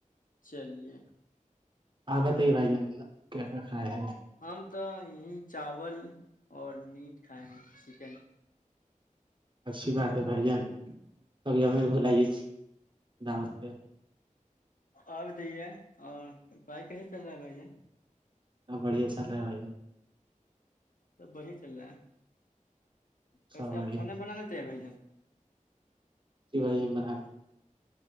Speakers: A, on the left (about 80°); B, on the right (about 35°).
A: چلیے
B: ہاں بتائیے بھائی جان کیا کیا کھایا ہے
A: ہم تو یہیں چاول اور میٹ کھائے ہیں چکن
B: اچھی بات ہے بھائی جان کبھی ہمیں بھلاائیے دعوت سے
A: اور دے اور پھائی کیسے چل رہا ہے بھائی جن
B: س بڑھیا چلے بھائی
A: سب بڑھیا چل رہا ہے ویسے
B: سب بڑھیا
A: آپ کھانا بنا لیتے ہیں بھائی جان
B: سوائم بنا